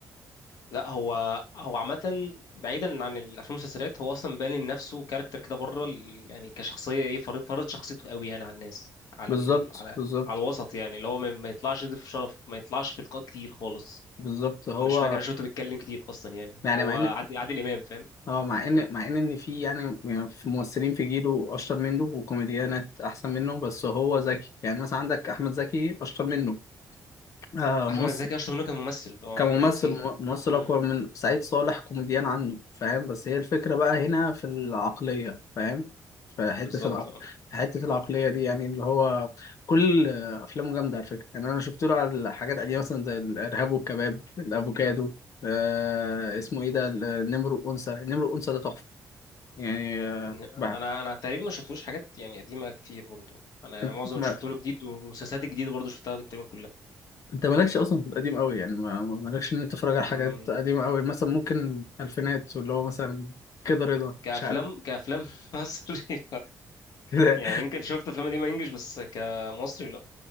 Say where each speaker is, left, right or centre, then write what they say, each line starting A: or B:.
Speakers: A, on the left (about 75°); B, on the left (about 55°).
A: لا هو هو عامة بعيدا عن الافلام والمسلسلات هو اصلا باني لنفسه كاركتر كده بره ال- يعني كشخصية ايه فرض فرض شخصيته قوي يعني على الناس على
B: بالظبط
A: ال... على
B: بالظبط
A: على الوسط يعني اللي هو ما ما يطلعش يضيف شرف ما يطلعش في لقاءات كتير خالص
B: بالظبط هو
A: مش فاكر انا شفته بيتكلم كتير اصلا يعني
B: يعني
A: هو
B: مع
A: عادل
B: ان
A: عادل امام فاهم
B: اه مع ان مع ان ان في يعني يعني في ممثلين في جيله اشطر منه وكوميديانات احسن منه بس هو ذكي يعني مثلا عندك احمد زكي اشطر منه آه ممثل
A: احمد زكي اشطر منه كممثل اه
B: كممثل
A: كتمثيل
B: مم- ممثل
A: امم
B: اقوى من سعيد صالح كوميديان عنه فاهم بس هي الفكره بقى هنا في العقليه فاهم في حته
A: بالظبط
B: العق...
A: اه
B: في حته العقليه دي يعني اللي هو كل افلامه جامده على فكره يعني انا شفت له على حاجات قديمه مثلا زي الارهاب والكباب الافوكادو آه... اسمه ايه ده النمر والانثى النمر والانثى ده تحفه يعني آه...
A: انا
B: بقى.
A: انا تقريبا ما شفتوش حاجات يعني قديمه كتير برضو انا
B: انت
A: معظم
B: ما...
A: اللي شفته له جديد والمسلسلات الجديده برضو شفتها تقريبا
B: انت مالكش اصلا في القديم قوي يعني ما... ما- مالكش ان انت تتفرج على
A: كلها
B: حاجات قديمه قوي مثلا ممكن الفينات واللي هو مثلا كده رضا
A: كأفلام
B: مش عارف
A: كأفلام <laughs> مصري
B: كده
A: يعني يمكن شفت أفلام قديمة إنجلش بس كمصري لأ